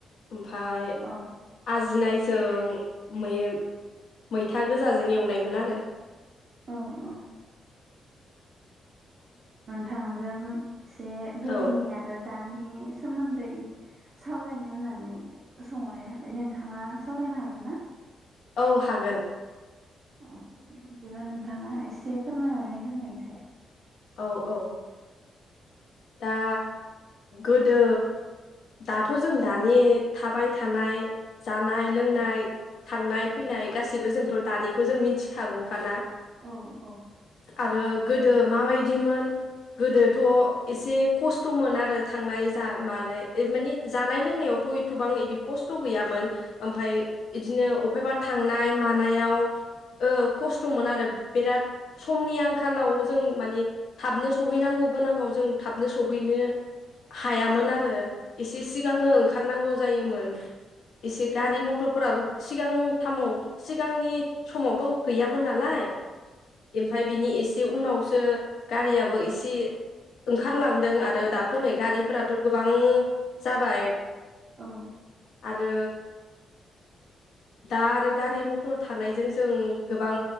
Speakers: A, on the left; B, on the right.
A: ओमफ्राय
B: औ
A: आजोनाय जों‌ <unintelligible> मैथा गोजाजों एवनायमोन आरो।
B: औ औ थांजों एसे गोदोनि
A: औ
B: आरो दानि सोमोन्दै सावरायनो होननानै सोंहरनाय थाबाय नोंथांङा सावरायनो हागोन ना
A: औ हागोन
B: अ दे बिदिबा नोंथांङा एसे फोरमायनानै होनायसाइ
A: औ औ दा गोदो दाथ जों दानि
B: औ
A: थाबाय थानाय जानाय लोंनाय
B: औ
A: थांनाय
B: औ
A: फैनाय गासिबो जोंथ दानिखौ जों मिथिखागौखाना
B: औ औ
A: आरो गोदो माबाय दिमोन गोदोथ एसे खस्थमोन आरो थांनाय जा माबानाय ओ माने जानाय लोंनायावथ एथबां इदि खस्थ‌ गैयामोन ओमफाय इदिनो वबहायबा थांनाय मानाय इयाव ओ खस्थमोन आरो बिराद समनि आंखालाव जों मानिे थाबनो सहैनांगौ गोनांङाव जों थाबनो सहैनो हायामोन आरो ओ एसे सिगांनो ओंखारनांगौ जायोमोन एसे गारि मथरफोराबो सिगांथामाव सिगांनि समावथ गैयामोन नालाय ओमफाय बिनि एसे बे उनावसो गारियाबो इसे ओंखारलांदों आरो दाथ नै गारिफोराथ गोबां जाबाय
B: औ
A: आरो दा आरो गारि मथर थानायजों जों गोबां